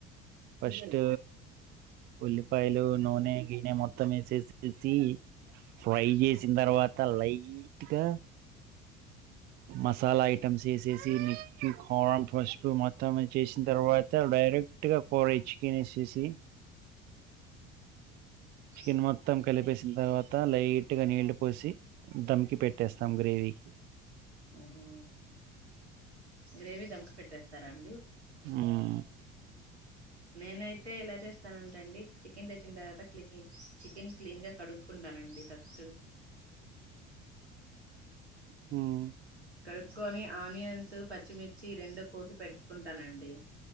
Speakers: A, on the right; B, on the right.
A: ఫస్ట్ ఉల్లిపాయలు నూనె గీనె మొత్తం వేసేసేసి ఫ్రై చేసిన తర్వాత లైట్గా మసాలాయి ట్టమ్స్ వేసేసి మీ కారం, పసుపు మొత్తం ఏ చేసింది. తర్వాత డైరెక్ట్ గా పోర ఇచ్చుకనేసేసి
B: <inaudible>
A: చికెన్ మొత్తం కలిపేసిన తర్వాత లైట్ గా నీళ్ళు పోసి దమ్కి పెట్టేస్తాం గ్రేవీకి.
B: ఉహూ! గ్రేవీ దమ్ముకి పెట్టేస్తారా అండి?
A: హ్మ్!
B: నేనైతే, ఎలా చేస్తానంటేనండి చికెన్ తెచ్చిన తర్వాత చికెన్ క్లీన్ గా కడు కడుక్కుంటానండి ఫస్ట్
A: మ్!
B: కడుక్కక్కొని ఆనియన్స్, పచ్చిమిర్చి రెండూ కోసి పెట్టుకుంటానండి.